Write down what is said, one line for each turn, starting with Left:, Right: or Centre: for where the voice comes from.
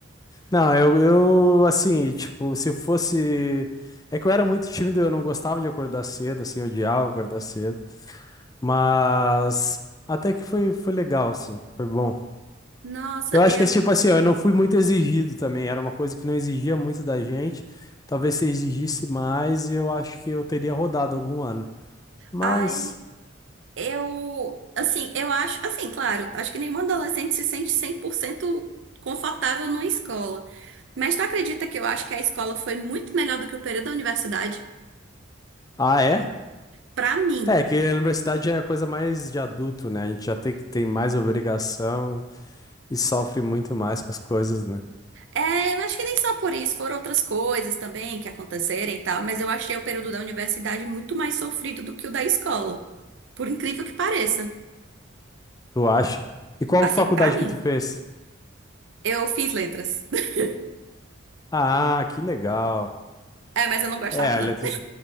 Left: Não, eu, eu, assim, tipo, se fosse. É que eu era muito tímido, eu não gostava de acordar cedo, assim, eu odiava acordar cedo. Mas até que foi, foi legal, assim, foi bom.
Right: Nossa,
Left: Eu acho
Right: eu
Left: que é tipo assim, ó, eu não fui muito exigido também, era uma coisa que não exigia muito da gente. Talvez se exigisse mais, eu acho que eu teria rodado algum ano. Mas.
Right: Ai, eu, assim, eu acho, assim, claro, acho que nenhum adolescente se sente 100% confortável numa escola. Mas tu acredita que eu acho que a escola foi muito melhor do que o período da universidade?
Left: Ah, é?
Right: Pra mim.
Left: É, que a universidade é a coisa mais de adulto, né? A gente já tem que tem mais obrigação e sofre muito mais com as coisas, né?
Right: É, eu acho que nem só por isso, foram outras coisas também que aconteceram e tal, mas eu achei o período da universidade muito mais sofrido do que o da escola. Por incrível que pareça.
Left: Tu acha? E qual
Right: Assim,
Left: faculdade
Right: pra mim,
Left: que tu fez?
Right: eu fiz letras. <laughs>
Left: Ah, que legal.
Right: É, mas eu não gostava,
Left: É,
Right: não.
Left: letras.